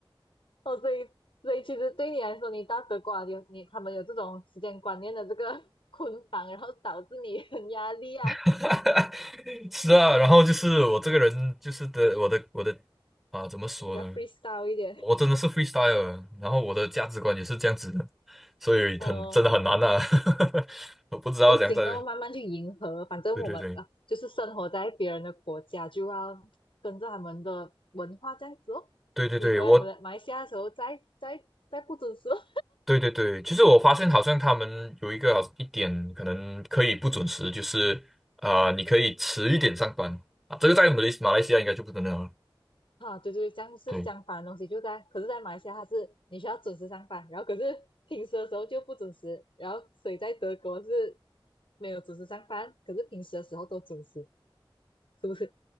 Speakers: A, on the left; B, in the centre.
A: 哦，所以所以其实对你来说，你到德国啊有你他们有这种时间观念的这个 <laughs> 捆绑，然后导致你很压力啊，
B: <laughs> 是啊，然后就是我这个人就是的，我的我的啊，怎么说呢？
A: 比较 freestyle 一点。
B: 我真的是 freestyle，的然后我的价值观也是这样子的。所以很真的很难啊，
A: 哦，
B: <laughs> 我不知道怎样在，
A: 就尽量慢慢去迎合，反正我们啊就是生活在别人的国家，
B: 对对对
A: 就要跟着他们的文化这样子哦。
B: 对对对，
A: 你回来马来马来西亚的时候再再再不准时哦。
B: 我对对对，其实我发现好像他们有一个好一点可能可以不准时，就是啊、呃你可以迟一点上班啊，这个在马来马来西亚应该就不能了，
A: 啊，对对，这样是相反的东西，
B: 对。
A: 就在，可是，在马来西亚它是你需要准时上班，然后可是平时的时候就不准时，然后所以在德国是没有准时上班，可是平时的时候都准时，是不是？